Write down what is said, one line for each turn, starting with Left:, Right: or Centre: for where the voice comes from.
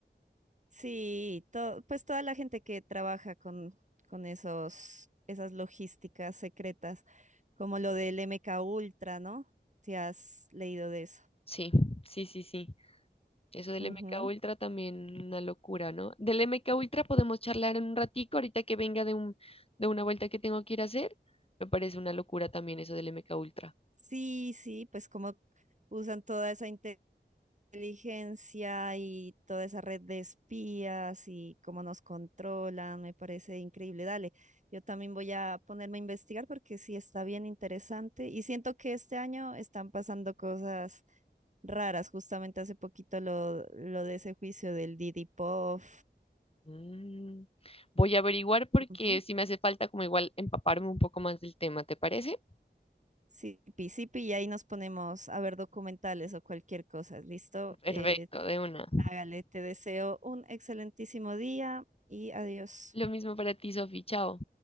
Right: Sí, to- pues toda la gente que trabaja con, con esos, esas logísticas secretas, como lo del MK Ultra, ¿no? Si has leído de eso.
Left: Sí, sí, sí, sí. Eso del
Right: Ujú.
Left: MK Ultra también una locura, ¿no? Del MK Ultra podemos charlar en un ratico, ahorita que venga de un, de una vuelta que tengo que ir a hacer. Me parece una locura también eso del MK Ultra.
Right: Sí, sí, pues como usan toda esa inteligencia y toda esa red de espías y cómo nos controlan, me parece increíble. Dale, yo también voy a ponerme a investigar porque sí está bien interesante y siento que este año están pasando cosas raras, justamente hace poquito lo, lo de ese juicio del Didi Pop,
Left: Mm, Voy a averiguar porque
Right: ujú,
Left: si me hace falta como igual empaparme un poco más del tema, ¿te parece?
Right: Sí, Sipi, Sipi, y ahí nos ponemos a ver documentales o cualquier cosa, ¿listo?
Left: Perfecto,
Right: Eh,
Left: de una.
Right: Hágale, te deseo un excelentísimo día y adiós.
Left: Lo mismo para ti, Sofi. Chao.